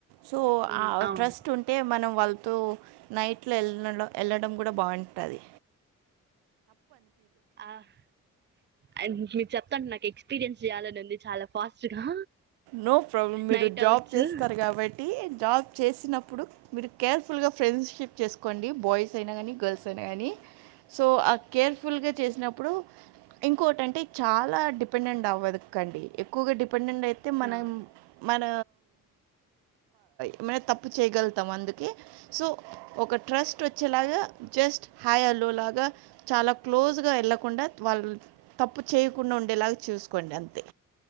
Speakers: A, on the right; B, on the right.
A: సో
B: ఉమ్ అవును
A: ట్టుంటే మనం వ వాలతో నైట్ లో ఎల్లడ ఎళ్లడం కూడా బావుంటంది.
B: ఆహ్ అండ్ మీరు చెప్తాంటె నాకు ఎక్స్పీరియన్స్ చేయాలని ఉంది చాలా ఫాస్ట్ గా.
A: నో ప్రాబ్లం మీరు
B: నైట్
A: జాబ్
B: అవుట్స్
A: చేస్తారు కాబట్టీ, జాబ్ చేసినప్పుడు మీరు కేర్ఫుల్ గా ఫ్రెండ్షిప్ చేసుకోండి బాయ్స్ అయినా గానీ గర్ల్స్ అయినా గానీ. సో ఆ కేర్ఫుల్ గా చేసినప్పుడు ఇంకోటంటే చాలా డిపెండెంట్ అవ్వడ కండి ఎక్కువగా డిపెండెంట్ అయితే మనం
B: ఆ
A: మన ఏమైనా తప్పు చేయగలుతాం అందుకే సో ఒక ట్రస్ట్ వచ్చేలాగా జస్ హాయ్ హలో లాగా చాలా క్లోజ్ గా ఎళ్లకుండా వాళ్ళు తప్పు చేయకుండా ఉండేలాగ చూస్కోండి అంతే.